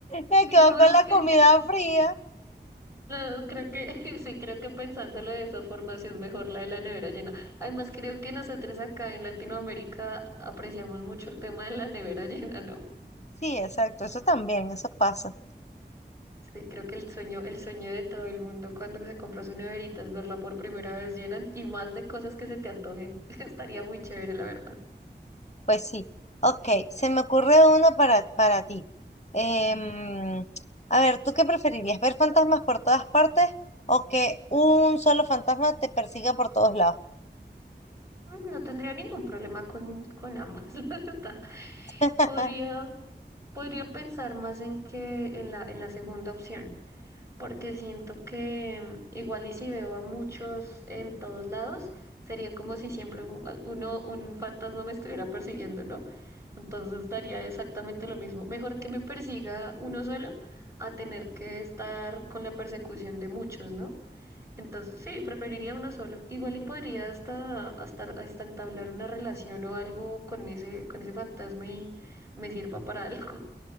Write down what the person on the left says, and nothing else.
me
quedo con
la comida fría.
Sí, exacto, eso también, eso pasa.
Pues sí. Ok, se me ocurre una para, para ti. Em,
a ver, ¿tú qué preferirías? ¿Ver fantasmas por todas partes o que un solo fantasma te persiga por todos lados?
<laughs>